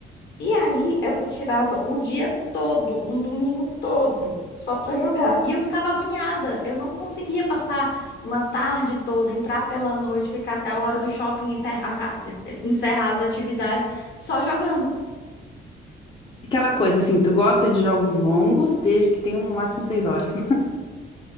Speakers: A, on the left (about 60°); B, on the left (about 25°).
A: E aí, ela tirava o dia todo, um domingo todo, só pra jogar. E eu ficava agoniada. Eu não conseguia passar uma tarde toda, entrar pela noite, ficar até a hora do shopping, enter- aca- encerrar as atividades, só jogando.
B: Aquela coisa assim, tu gosta de jogos longos desde que tenham no máximo seis horas. <laughs>